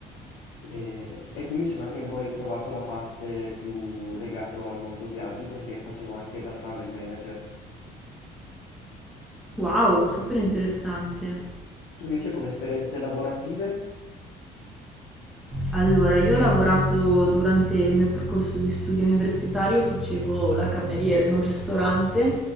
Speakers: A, on the left (about 70°); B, in the centre.
A: E, e qui mi sono anche un po' ritrovato la parte più legata al mondo viaggi perché facevo anche da travel manager.
B: Wow, super interessante.
A: Tu invece come esperienze lavorative?
B: Allora, io ho lavorato durante il mio percorso di studio universitario, facevo la cameriera in un ristorante